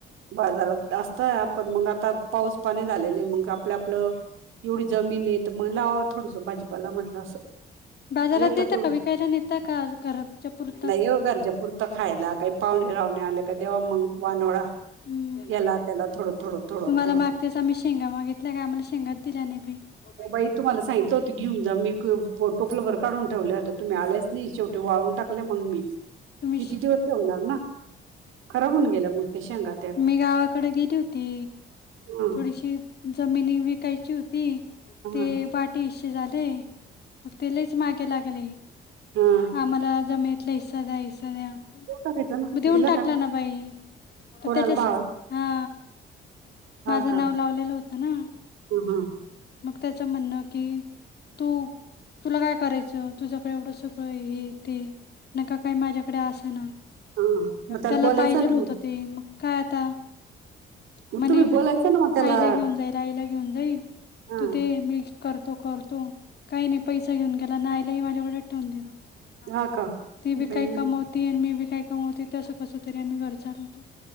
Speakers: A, on the right; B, on the left.
A: बाजारात असतय आपण मग आता पाऊस पाणी झालेले मग आपलं आपलं एवढी जमीन आहे तर मग लावा थोडस भाजीपाला म्हटलं असं.
B: <inaudible>
A: येत
B: नेता
A: तेवढ
B: का विकायला नेता का घराच्या पुरताच
A: नाही ये घरच्यापुुरत खायला काही पाहुणे राहणे आले देवा मंग वानोळा
B: हम्म
A: याला त्याला थोडं. थोडं थोडं
B: तुम्हाला
A: थोडं
B: मागच्याच आम्ही शेंगा मागितल्या का आम्हाला शेंगाच दिल्या नाही बाई
A: ओ तुम्हाला सांगितलं होतं घेऊन जा मी टोपला भर काढून ठेवले आता तुम्ही आलेच नाही शेवटी वाळून टाकले मग मी.
B: तुम्ही
A: किती दिवस ठेवणार ना खराब होऊन
B: <inaudible>
A: गेल्या मग त्या शेंगा त्या
B: मी गावाकडे गेली होती
A: हा
B: थोडीशी जमिनी विकायची होती.
A: हा
B: ते वाटे हिशे झाले मग त्यालाच मागे लागले
A: हा
B: आम्हाला जमिनीतला हिस्सा द्या मग
A: टाकायचं ना
B: देऊन
A: दिला
B: टाकला
A: का
B: ना बाई
A: कोणाला
B: तर त्याच्या
A: भावाला
B: हा माझं
A: हा का
B: नाव
A: हा
B: लावलेलं होतं ना
A: हा
B: मग त्याच म्हणणं की तू तुला काय करायचं तुझ एवढं सगळं हे ते नका काही माझ्याकडे असं ना
A: हा मग
B: त्याला
A: बोलायचं
B: पाहिजेल
A: ना
B: होत
A: मग
B: ते मग काय आता
A: मग
B: म्हणे
A: तुम्ही बोलायचं ना मग त्याला
B: आईला घेऊन जाईल आईला घेऊन जाईल
A: हा
B: तू दे मी करतो करतो काही नाही पैसा घेऊन गेला आईलाही माझ्याकडे ठेवून दिलं
A: हा का
B: ती बी
A: बाई
B: काय कमवती आणि मी बी काय कमवते तस कस तरी आम्ही घर चालवतो.